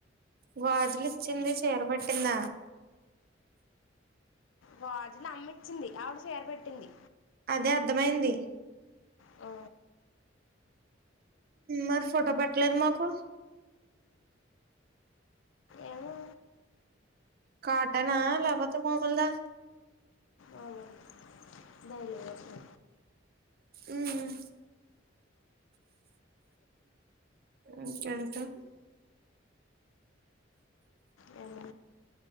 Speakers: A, on the right (about 50°); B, on the left (about 85°).
A: గాజులు ఇచ్చింది చీర పెట్టింద
B: గాజులు అమ్మిచ్చింది ఆవిడ చిర పెట్టింది
A: అదే అర్థమయింది
B: ఓ
A: మరి ఫోటో పెట్టలేదు మాకు
B: ఏమో
A: కాటనా లేపోతే మామోలదా
B: అవునవును డైలీవేరికి
A: ఉమ్మ్ ఇంకెంటే
B: ఏ